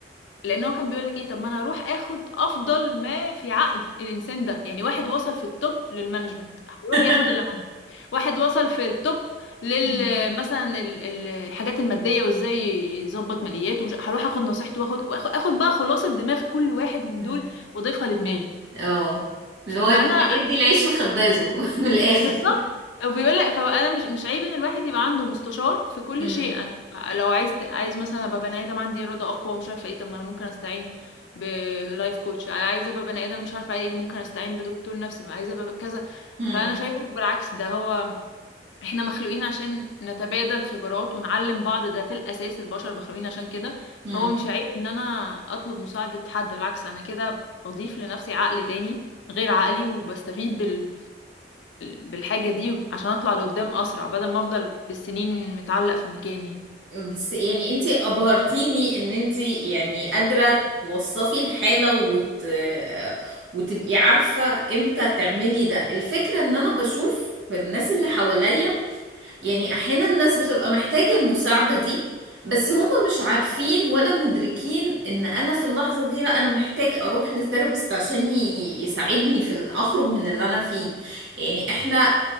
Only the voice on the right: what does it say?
<laughs>
مم.
مم.
اه اللي هو ادي
ادي العيش لخبازه <laughs> من الاخر
امم
امم
إمم.
بس يعني انتي ابهرتيني ان انتي يعني قادرة توصفي الحالة وت... وتبقي عارفة امتى تعملي ده الفكرة ان انا بشوف الناس اللي حواليا يعني احيانا الناس بتبقى محتاجة المساعدة دي بس هم مش عارفين ولا مدركين ان انا في اللحظة دي لا انا محتاج اروح لثيرابيست عشان ي- يساعدني في ال- اخرج من اللي انا فيه يعني احنا